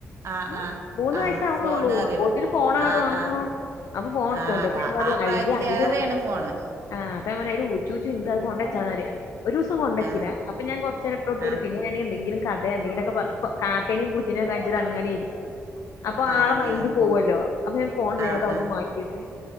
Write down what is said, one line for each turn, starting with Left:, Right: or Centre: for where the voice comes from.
Right: ആ
Left: ഇമ്മ
Right: ആ
Left: മൂന്ന്
Right: ആ
Left: വയസാവള്ളൂ
Right: ഫോണ് അറിയണ്
Left: അപ്പൊതേനു ഫോണാടോ
Right: ആ
Left: ആഹ്
Right: ആ
Left: അപ്പൊ ഫോൺ എടുത്തോണ്ട്
Right: ആ അതാ
Left: പറയാ
Right: ആ പ്രായത്തിലേറെയാണ്
Left: അ അതില് യ
Right: ഫോണ്.
Left: ആഹ് അപ്പ അങ്ങന ഉചൂച്ചി ഉണ്ട് കൊണ്ടെച്ചായ ഒരു ദിവസം കൊണ്ട വച്ചില്ല
Right: ആ
Left: അപ്പൊ ഞാൻ കോരചേരം ഇട്ടു കൊടുത്ത
Right: ആ
Left: പിന്ന ഞൻ എന്തെലും കഥയ എന്തെങ്കിലൊക്കെ പറ കാക്കേനയും പൂച്ചനെയക്കെ കഴിച്ചിട്ട അങ്ങനെ ഇരിക്കും അപ്പൊ
Right: ആ
Left: ആളെ മൈന്ഡ്
Right: ആ
Left: പോവല്ലോ അപ്പൊ ഞാൻ ഫോണ്
Right: ആ
Left: വേഗം അവിടുന്ന്
Right: ആ
Left: മാറ്റിയിട്ട്